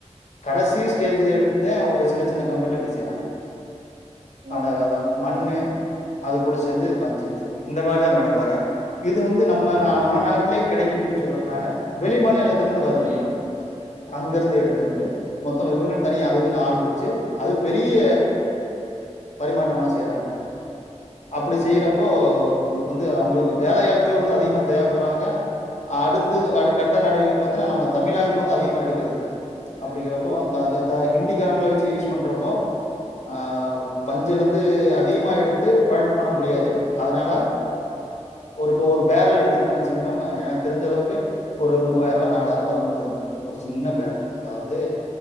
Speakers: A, on the left; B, on the right.
A: கடசி ஸ்டேஜ் எடுத்துத ஒரு சின்ன சின்ன கம்பெனில எடுத்து செய்றாங்க
B: ம்
A: அந்த மண்ணு அது கூட சேந்து பஞ்சு இந்த மாரிதா மேடம் வரு இது வந்து நம்ம நாம நாட்லே கெடைக்குன் சொல்லி சொல்லல் நானு வெளி மாநில த்துலேந்து வருது
B: ம்
A: மேடம் அங்கருந்து எடுத்து வந்து மொத்தம் இவுங்கன் தனியா அதுக்குன்னு ஆள் வச்சு அது பெரிய பரிமாற்றமா செய்றாங்க மேடம் அப்புடி செய்யிறப்போ
B: ஓ
A: உங்ளுக் வந்து அவுங்களுக்கு வேலையாட்களு வந்து அதிகமா தேவ போறாங்க அடுத்து வர கட்ட நடவயும் பாத்தானா நம்ம தமிழாளுக்கு வந்து அதிகமாக எடுக்குறதில்ல அப்புடிங்கிறப் பொ‌ அந்தாந்தத்தா
B: ம்
A: ஹிந்தி எ அவுங்களே வச்சு யூஸ் பண்றப்போ ஆ பஞ்சுலந்து அதிகமா எடுத்து ப்ராடட்டு பண்ண முடியாது அதுனால ஒரு பொ ஒரு பேரல் எடுத்துட்னா வச் சு மேடம் எனக் தெருஞ்ச அளவுக்கு ஒரு மூவாயருவா நாலாயருவா அதுலந்து வரு மேடம் ஒரு சின்ன பேரல் அதாது